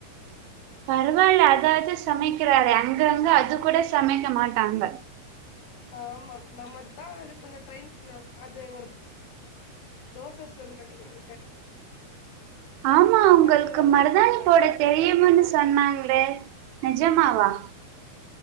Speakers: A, on the right; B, on the left.
A: பரவால்ல அதாது சமைக்கிறாரே அங்கங்க அது கூட சமைக்க மாட்டாங்க
B: ஆமா நம்மதா அது கொஞ்சோ ட்ரெயின் பண்ணு அது ஒரு தோசை சுரதா இருக்க
A: ஆமா உங்களுக்கு
B: அது நல்லா
A: மருதானி
B: போடுவாரு
A: போட தெரியும்ன்னு சொன்னாங்களே நெஜமாவா